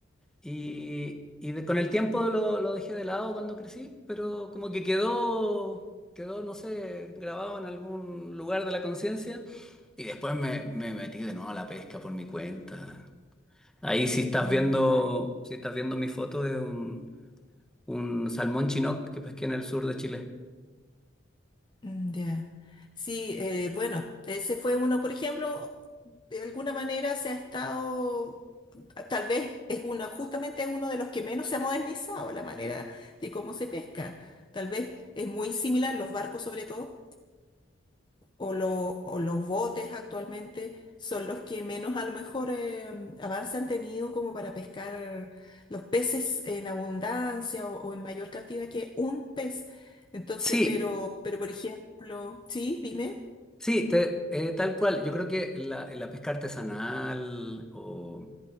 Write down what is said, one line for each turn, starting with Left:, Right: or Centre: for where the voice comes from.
Centre: Y, y de- con el tiempo lo, lo dejé de lado cuando crecí, pero como que quedó, quedó, no sé, grabado en algún lugar de la conciencia. Y después me, me metí de nuevo a la pesca por mi cuenta. Ahí si estás
Left: Mm.
Centre: viendo, si estás viendo mi foto de un, un salmón chinook que pesqué en el sur de Chile.
Left: Mm, Ya. Sí, eh, bueno, ese fue uno, por ejemplo, de alguna manera se ha estado, tal vez es uno, justamente es uno de los que menos se ha modernizado la manera de cómo se pesca. Tal vez es muy similar, los barcos sobre todo o, lo- o los botes actualmente son los que menos a lo mejor eh, avance han tenido como para pescar los peces en abundancia o, o en mayor cantidad que un pez. Entonces,
Centre: Sí,
Left: pero, pero por ejemplo, sí, dime.
Centre: sí, te- eh, tal cual. Yo creo que la, la pesca artesanal o,